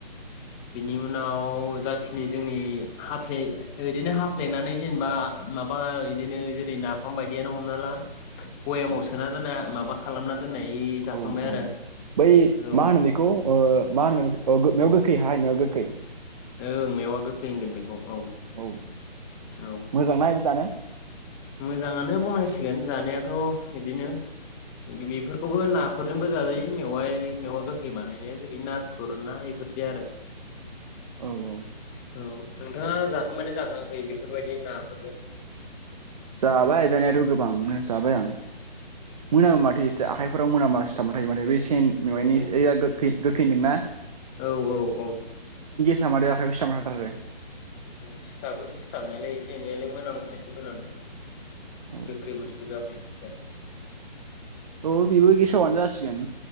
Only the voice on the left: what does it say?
बेनि उनाव जाखिनि जोंनि हाफ्ले इदिनो हाफ्लेनानै जेनेबा माबा इदिनो जेरै नाफाम बायदियानो हमना ला बयामाव सोना दोननाय माबा खालामना दोननाय जाखांबाय
आरो
औ
ओं मेवा गोखै होनगोन बेखौ औ
औ
मोजाङानो बुंनांसिगोन जानायाथ' बिदिनो बेफोरखौबो नाफोरजोंबो जाजायो मेवाइ मेवा गोखै बानायनाया जेरै नाथुर ना एफोरदि आरो
औ नोंथाङा जाखांबायना जाखाङाखै बेफोरबायदि नाफोरजों
औ
औ औ औ
होम सिथाबो सिथाबनायालाय एसे एनैयालाय मोनामखायो मोनामनाया
गोखै बस्थु दा बे थिया